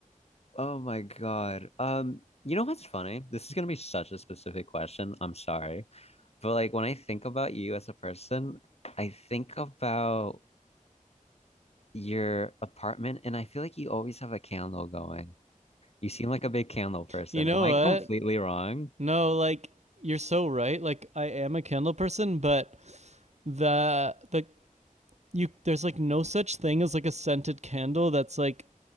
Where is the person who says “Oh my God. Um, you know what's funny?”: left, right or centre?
Left